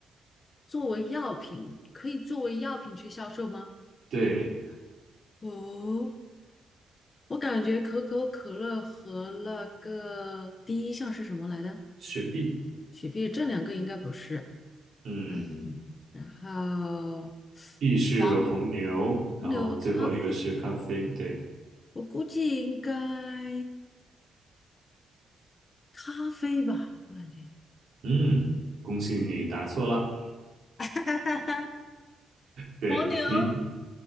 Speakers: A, on the left; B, on the right.
A: 作为药品，可以作为药品去销售吗？
B: 对，
A: 哦，我感觉可口可乐和那个第一项是什么来的？
B: 雪碧，
A: 雪碧，这两个应该不是。
B: 嗯
A: 嗯，然后
B: ，B 是红牛，
A: 黄黄牛和咖啡，
B: 然后最后一个是咖啡，对，
A: 我估计应该咖啡吧，我感觉。
B: 嗯，恭喜你答错了。
A: <laughs> 哈哈哈！
B: 对你
A: 黄牛。